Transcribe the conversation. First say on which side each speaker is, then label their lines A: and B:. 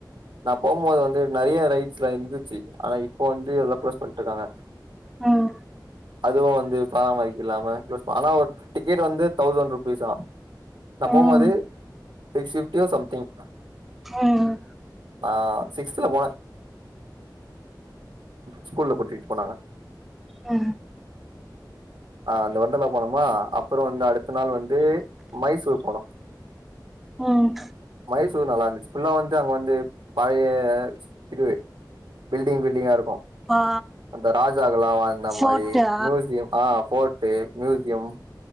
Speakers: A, on the right; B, in the centre.
A: நா போகும்போது வந்து நிறைய ரைட்ஸ்லா இருந்துச்சு ஆனா இப்ப வந்து இதாம் க்ளோஸ் பண்ணி ட்ருக்காங்க
B: ஹ்ம்
A: அதுவும் வந்து பராமரிக்கல்லாம ஆனா ஒரு டிக்கெட் வந்து தௌசண்ட் ருபீஸ் ஆன் நான்
B: ம்
A: போம்போது சிஸ் பிஃப்டியோ சம்திங்
B: ம்
A: ஆஹ் சிக்ஸ்தல போனேன் ஸ்கூ ல்ல கூட்டிட்டு போனாங்க
B: அ
A: அ அந்த வண்டர்லா போனுமா அப்ரோ வந்து அடுத்த நாள் வந்து மைசூர் போனோ
B: உம்
A: மைசூர் நல்லா இருந்துச்சி ஃபுல்லா வந்து அங்க வந்து பழைய சு இது பில்டிங் பில்டிங்கா இருக்கு
B: ஆ
A: அந்த ராஜாக்கலா வாழ்ந்த
B: ஃபோர்ட்டா
A: மாறி மியூசியம் ஆ ஃபோர்ட் டே மியூசியம்